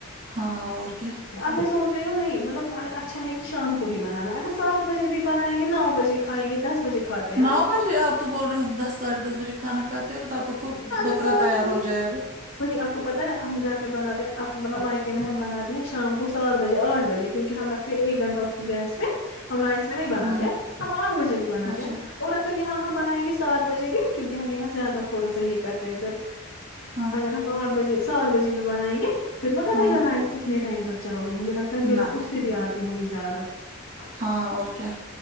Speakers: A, on the right (about 35°); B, on the left (about 65°).
A: ہاں اور کیا
B: آپ سوچ رہے ہو نہیں مطلب اچھا ہے کہ شام کو ہی بنانا اگر سات بجے بھی بنائیں گے نو بجے کھائیں گے دس بجے کھاتے ہیں
A: نو
B: آپ
A: بجے آپ تو بول رہے ہو ہم دس سا ڑھے دس بجے کھانا کاتے ہیں تو تب تک تو
B: اگر
A: بکرا
B: سات
A: تیار
B: بجے
A: ہو جائے گا
B: وہی آپ کو پتاہ ہے ہم گھر میں بنا د آپ مطلب مائیکے میں ہم بناتے ہیں شام کو سات بجے آٹھ بجے کیونکہ ہم رکھتے ہیں ایک گھنٹہ اس کو گیس پہ ہمارا اس میں نہیں بناتے
A: ہمم
B: ہم آٹھ بجے بھی بناتے
A: اچھا
B: ہیں اور اگر یہاں ہم بنائیں گے سات بجے بھی کیونکہ ہم یہاں زیادہ تھوڑا سا یہ کرتے ہیں پھر
A: ہاں
B: ہم آھ بجے سات بجے بھی بنائیں گے پھر میںتائی
A: ہاں
B: کر رہا اتنے ٹائم تک چلو مجھے لگتا ہے بالک
A: نہ
B: اس بھی آتی ہوگی زیادہ
A: ہاں اور کیا